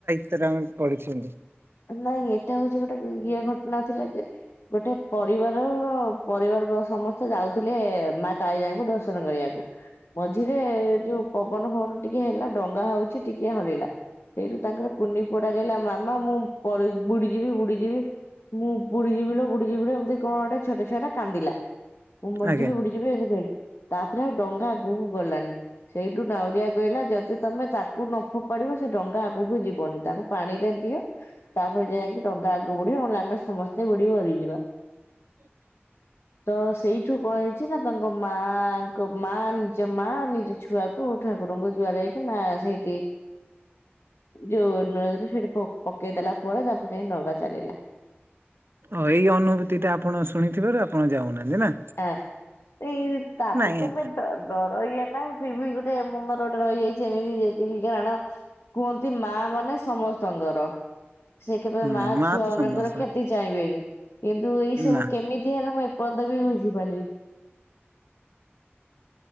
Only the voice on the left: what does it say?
ନାଇଁ ଏଟା ହଉଛି ଗୋଟେ ଇଏ ଘଟଣା ଥିଲା ଯେ। ଗୋଟେ ପରିବାର ପରିବାର ବ ସମସ୍ତେ ଯାଉ ଥିଲେ ମା କାଳିଜାଇ ଙ୍କୁ ଦର୍ଶନ କରିବାକୁ।
ମଝିରେ ଯୋଉ ପବନ ଫବନ ଟିକେ ହେଲା ଡଙ୍ଗା ହଉଛି ଟିକେ ହଲିଲା। ସେଇଠୁ ତାଙ୍କର କୁନି ପୁଅଟା କହିଲା ମାମା ମୁଁ ପଡ଼ି ବୁଡ଼ିଯିବି ବୁଡ଼ିଯିବି। ମୁଁ ବୁଡ଼ିଯିବ ଲୋ ବୁଡ଼ିଯିବି ଲୋ ଏମତି କଁ ଗୋଟା ଛୋଟ ଛୁଆ ଟା କାନ୍ଦିଲା। ମୁଁ ମରିଯିବି
ବୁଡ଼ିଯିବି ଏମତି କହିକି ତାପରେ ଆଉ ଡଙ୍ଗା ଆଗକୁ ଗଲାନି। ସେଇଠୁ ନାଉରିଆ କହିଲା ଯଦି ତମେ ତାକୁ ନ ଫୋପାଡ଼ିବ ସେ ଡଙ୍ଗା ଆଗକୁ ଯିବନି ତାଙ୍କୁ ପାଣିରେ ଦିଅ। ତାପରେ ଯାଇକି ଡଙ୍ଗା ଆଗକୁ ବଢ଼ିବ ନହେଲେ ଆମେ ସମସ୍ତେ ବୁଡ଼ି କି ମରିଯିବା।
ତ ସେଇଠୁ କଁ ହେଇଛି ନା ତାଙ୍କ ମା ଙ୍କ ମା ନିଜ ମା ନିଜ। ଛୁଆକୁ ଠାକୁରଙ୍କୁ ଜୁଆର ହେଇକି ମା ସେଇଠି ଯୋଉ ନଇଁରେ ସେଠି ପକେଇ ଦେଲା ପରେ ତାପରେ ଯାଇ ଡଙ୍ଗା ଚାଲିଲା।
ଆଁ ସେଇ ତାପରେ
ତମେ ଡର ଇଏ ନା ଫିରବି ଗୋଟେ ମନରେ ଗୋଟେ ରହିଯାଇଛି ଏମିତି ଯେତିକି କାରଣ କୁହନ୍ତି ମାଁ ମାନେ ସମସ୍ତଙ୍କର। ସେ କେବେ
ମାଁ-ଛୁଆ
ମାନଙ୍କର
କ୍ଷତି ଚାହିଁବେନି କିନ୍ତୁ ଏଇ ସବୁ
କେମିତି ହେଲା ମୁଁ ଏପର୍ଯ୍ୟନ୍ତ ବି ବୁଝି ପାରିଲିନି।